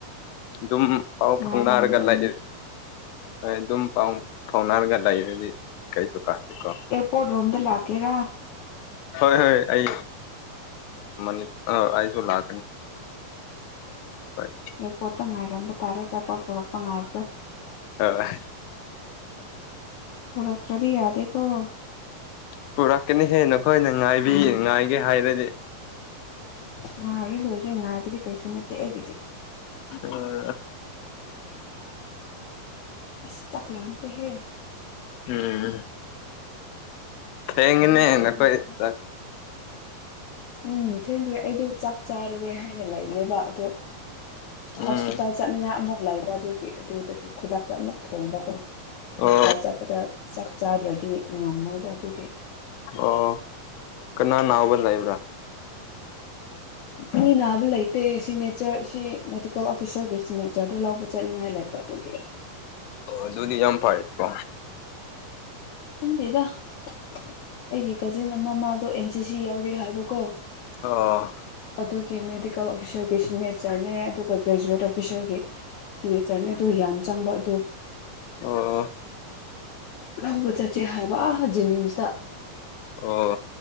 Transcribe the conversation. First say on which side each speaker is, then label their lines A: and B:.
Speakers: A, on the left; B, on the left.
A: ꯑꯗꯨꯝ ꯄꯥꯎ ꯐꯥꯎꯅꯔꯒ
B: ꯉꯥꯏꯔꯝꯗꯣꯏꯅꯦ
A: ꯂꯩꯏ ꯍꯣꯏ ꯑꯗꯨꯝ ꯄꯥꯎ ꯐꯥꯎꯅꯔꯒ ꯂꯩꯔꯗꯤ ꯀꯩꯁꯨ ꯀꯥꯏꯗꯦꯀꯣ
B: ꯀꫭꯠ ꯔꯣꯝꯗ ꯂꯥꯛꯀꯦꯔꯥ
A: ꯍꯣꯏ ꯍꯣꯏ ꯑꯩ ꯃꯅꯤ ꯑꯥ ꯑꯩꯁꯨ ꯂꯥꯛꯀꯅꯤ ꯍꯣꯏ
B: ꯑꯦꯌꯥ꯭ꯔꯄꯣ꯭ꯔꯠꯇ ꯉꯥꯏꯔꯝꯕ ꯇꯥꯔꯦ ꯑꯆꯥꯄꯣꯠ ꯄꯨꯔꯛꯄ ꯉꯥꯏꯕꯗꯣ
A: ꯑꯥ ꯍꯥ
B: ꯄꯨꯔꯛꯇ꯭ꯔꯗꯤ ꯌꯥꯗꯦꯀꯣ
A: ꯄꯨꯔꯛꯀꯅꯤ ꯍꯦ ꯅꯈꯣꯏꯅ ꯉꯥꯏꯕꯤ ꯉꯥꯏꯒꯦ ꯍꯥꯏꯔꯗꯤ
B: ꯉꯥꯏꯔꯦ ꯂꯣꯏꯔꯦ ꯉꯥꯏꯕꯗꯤ ꯀꯩꯁꯨ ꯅꯠꯇꯦ ꯑꯩꯒꯤꯗꯤ
A: ꯑꯥ
B: ꯑꯁ ꯆꯥꯛ ꯂꯝ ꯈꯔꯦꯍꯦ
A: ꯎꯝ ꯊꯦꯡꯉꯦꯅꯦ
B: ꯋꯥꯎ ꯆꯥꯕ
A: ꯅꯈꯣꯏ
B: ꯌꯥꯔꯦ
A: ꯆꯥꯛ
B: ꯎꯝ ꯊꯦꯡꯒꯔꯦ ꯑꯩꯗꯣ ꯆꯥꯛ ꯆꯥꯔꯔꯣꯏ ꯍꯥꯏꯅ ꯂꯩꯕꯅꯦꯕ ꯑꯗꯣ
A: ꯎꯝ
B: ꯍꯣꯁꯄꯤꯇꯥꯜ ꯆꯠꯅꯤꯡꯉꯥꯏ ꯑꯃꯨꯛ ꯂꯩꯕ ꯑꯗꯨꯒꯤ ꯑꯗꯨꯗꯒꯤ ꯈꯨꯗꯥꯛꯇ ꯑꯃꯨꯛ ꯊꯣꯡꯕꯒꯨꯝ ꯍꯣꯁꯄꯤꯇꯥꯜ
A: ꯑꯣ
B: ꯆꯠꯄꯗ ꯆꯥꯛ ꯆꯥꯗ꯭ꯔꯗꯤ ꯉꯝꯃꯣꯏꯕ ꯑꯗꯨꯒꯤ
A: ꯑꯣ ꯀꯅꯥ ꯅꯥꯕ ꯂꯩꯕ꯭ꯔꯥ
B: ꯃꯤ ꯅꯥꯕ ꯂꯩꯇꯦ ꯁꯤꯛꯅꯦꯆꯔ ꯁꯤ ꯃꯦꯗꯤꯀꯦꯜ ꯑꯣꯐꯤꯁꯔꯒꯤ ꯁꯤꯒꯅꯦꯆ꯭ꯔꯗꯨ ꯂꯧꯕ ꯆꯠꯅꯤꯡꯉꯥꯏ ꯂꯩꯕ ꯑꯗꯨꯒꯤ
A: ꯑꯣ ꯑꯗꯨꯨꯗꯤ ꯌꯥꯝ ꯐꯔꯦꯀꯣ
B: ꯈꯪꯗꯦꯗ ꯑꯩꯒꯤ ꯀꯥꯖꯤꯟ ꯑꯃ ꯃꯥꯗꯣ ꯑꯦꯟ ꯁꯤ ꯁꯤ ꯌꯥꯎꯒꯦ ꯍꯥꯏꯕꯀꯣ
A: ꯑꯣ
B: ꯑꯗꯨꯒꯤ ꯃꯦꯗꯤꯀꯦꯜ ꯑꯣꯐꯤꯁꯔꯒꯤ ꯁꯤꯒꯅꯦꯆꯔꯅꯦ ꯑꯗꯨꯒ ꯒ꯭ꯔꯦꯖꯨꯋꯦꯠ ꯑꯣꯐꯤꯁꯔꯒꯤ ꯁꯤꯒꯅꯦꯆꯔꯅꯤ ꯑꯗꯨ ꯌꯥꯝ ꯆꯪꯕ ꯑꯗꯨ
A: ꯑꯣ
B: ꯂꯍꯧꯕ ꯆꯠꯁꯦ ꯍꯥꯏꯕ ꯑꯥ ꯖꯤꯅꯤꯝꯁ
A: ꯑꯣ